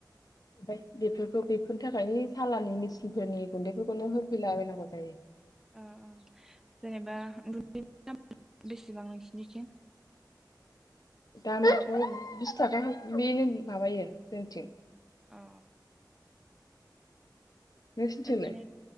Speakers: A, on the left; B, in the centre.
A: ओमफ्राय बेफोरखौ बेफोरनि थाखाय ओइ सालानि मेसिनफोरनि गुन्दैफोरखौनो होफैलाबायनांगौ जायो।
B: आ आ जेनेबा गुन्दैनि दाम <inaudible> बेस बेसेबां नोंसिनिथि?
A: दामाथ बिस थाखा बेनो माबायो जोंथिं
B: अ
A: नोंसोनथिंलाय?
B: ओरैनो